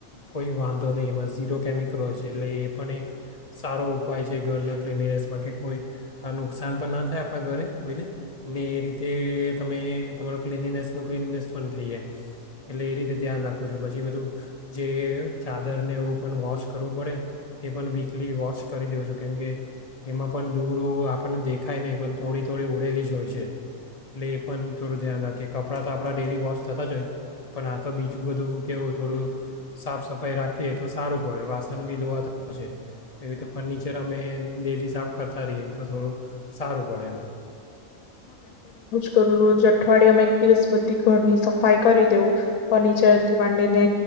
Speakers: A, on the left (about 40°); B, on the left (about 85°).
A: કોઈ વાંધો નહીં એમાં ઝીરો કેમિકલ હોય છે એટલે એ પણ એક સારો ઉપાય છે ઘરના ક્લિનિનેસમાં કે કોઈ નુકસાન પણ ના થાય આપણા ઘરે કોઈને ને એ રીતે તમે તમારો ક્લિનિનેસનો ક્લિનનેસ પણ થય જાય એટલે એ રીતે ધ્યાન રાખું છું. પછી બધું જે ચાદરને એવું પણ વોશ કરવું પડે તે પણ વીકલી વોશ કરી દઉં છું કેમકે એમાં પણ ધૂળ આપણને દેખાય નહીં પણ થોડી થોડી ઉડેલી જ હોય છે એટલે એ પણ થોડું ધ્યાન રાખીએ કપડા તો આપણા ડેલી વોશ થતા જ હોય પણ આ તો બીજું બધું કવું થોડું સાફ સફાઈ રાખીએ તો સારું પડે વાસણ બી ધોવા છે એવી રતે ફર્નિચર અમે ડેલી સાફ કરતા રહીએ, તો થોડુંક સારું પડે.
B: દરરોજ અઠવાડિયામાં એક દિવસ બધી ઘરની સફાઈ કરી દેવું. ફર્નિચર થી માંડીને,